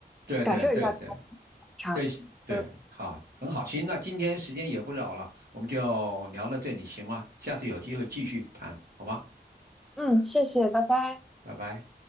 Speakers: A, on the right; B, in the centre.
A: 对啊对啊对啊对。
B: 感受一下他的气场。
A: 对对，
B: 呃
A: 好，很好，行，那今天时间也不早了，我们就聊到这里，行吗？下次有机会继续谈，好吗？
B: 嗯，谢谢，拜拜。
A: 拜拜。